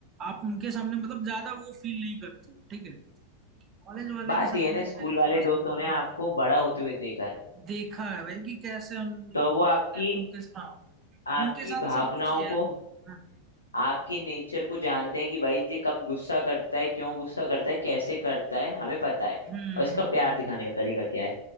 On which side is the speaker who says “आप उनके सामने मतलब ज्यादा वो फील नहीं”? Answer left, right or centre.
Right